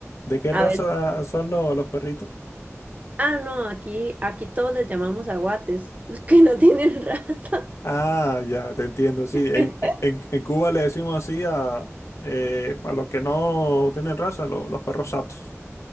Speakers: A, on the left; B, on the right.
A: ¿De qué
B: a
A: raza
B: ver
A: son lo- los perritos?
B: Ah, no, aquí, aquí todos les llamamos aguates, <laughs> que no tienen raza.
A: Ah, ya, te entiendo, sí. En,
B: <laughs>
A: e, en, en Cuba le decimos así a, eh, a los que no tienen raza, lo- los perros satos.